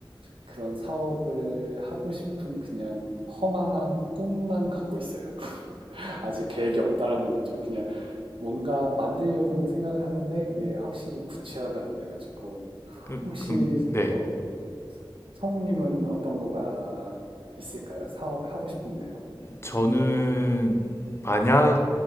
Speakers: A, on the right; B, on the left.
A: 그런 사업을 하고 싶은 그냥 허망한 꿈만 갖고 있어요. <laughs> 아직 계획이 없다라는 거죠. 그냥 뭔가 만들려고는 생각하는데 이게 확실히 구체화가 안 돼가지고.
B: 그-
A: 혹시,
B: 럼 네.
A: 어, 성우님은 어떤 거가 있을까요? 사업을 하고 싶은 게요?
B: 저는 만약